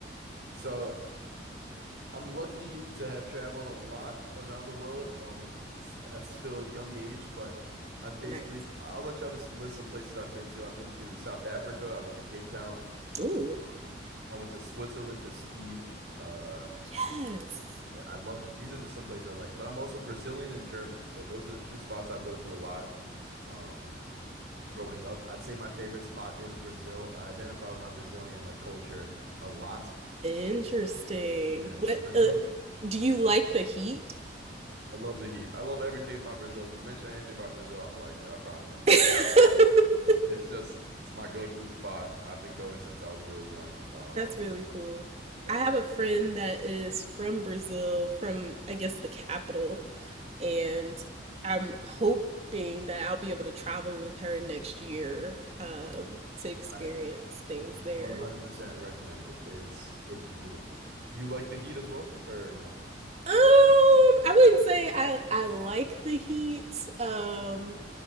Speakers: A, on the right (about 65°); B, on the right (about 35°).
A: So I'm lucky to have traveled a lot around the world um s- at still a young age, but I've basically
B: Nice.
A: I'll let y'all just list some places I've been to. I've been to South Africa, I went to Cape Town,
B: Ooh.
A: um, I went to Switzerland to ski. Uh
B: Yes.
A: yeah, I love these are just some places I like, but I'm also Brazilian and German, so those are two spots I go to a lot. Um growing up. I'd say my favorite spot is Brazil. I identify with my Brazilian like culture a lot.
B: Interesting.
A: Yeah,
B: What
A: so Brazil.
B: uh, do you like
A: I
B: the heat?
A: love the heat. I love everything about Brazil. If you mention anything about Brazil, I'm gonna like it. I promise.
B: <laughs>
A: It's just it's my go-to spot. I've been going since I was really young. Um,
B: That's really cool.
A: yeah.
B: I have a friend that is from Brazil, from I guess the capital, and I'm hoping that I'll be able to travel with her next year um, to experience
A: I,
B: things
A: I
B: there.
A: 100% recommend it. It's it's beautiful. Do you like the heat as well, or no?
B: Um, I wouldn't say I I like the heat. Um,